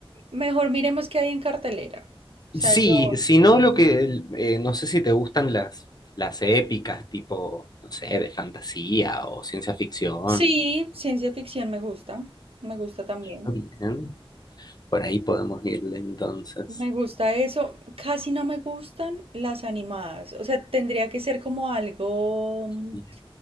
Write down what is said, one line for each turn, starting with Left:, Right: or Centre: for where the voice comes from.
Right: mejor miremos qué hay en cartelera. O sea,
Left: Sí,
Right: yo.
Left: si no lo que, eh, no sé si te gustan las, las épicas, tipo, no sé, de fantasía o ciencia ficción.
Right: Sí, ciencia ficción me gusta, me gusta también.
Left: Ah, Bien, por ahí podemos irle entonces.
Right: Me gusta eso. Casi no me gustan las animadas. O sea, tendría que ser como algo, mm,
Left: Bien.